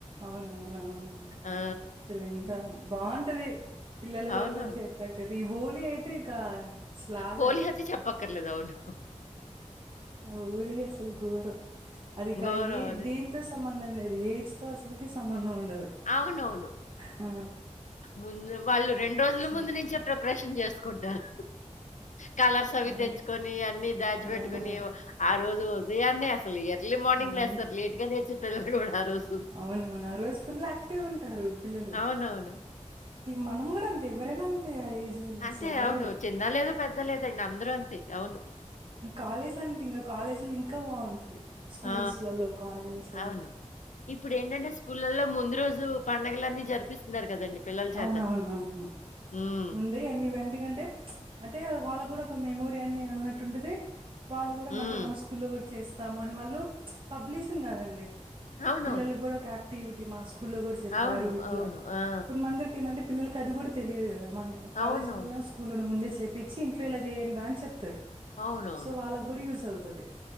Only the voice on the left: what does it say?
ఆ!
అవునవును.
హోలీ అయితే చెప్పక్కర్లేదు. అవును.
ఘోరం
అది.
అవునవును.
ముందు వాళ్ళు రెండు రోజుల ముందు
నుంచే ప్రిపరేషన్ చేసుకుంటారు. కలర్స్ అవి
తెచ్చుకొని అన్నీ దాచిపెట్టుకుని
ఆ రోజు ఉదయాన్నే అసలు ఎర్లీ మార్నింగ్
లేస్తారు లేట్ గా లేచే పిల్లలు గూడా ఆ రోజు.
అవునవును.
అంతే
అవును చిన్న లేదు పెద్ద లేదండి అందరూ అంతే అవును
ఆ!
అవును ఇప్పుడు ఏంటంటే స్కూళ్ళలో ముందు రోజు పండుగలన్నీ జరిపిస్తున్నారు కదండి పిల్లల చేత
హ్మ్.
హ్మ్.
అవునవును.
అవును.
అవును. ఆ!
అవునవును.
అవునవును.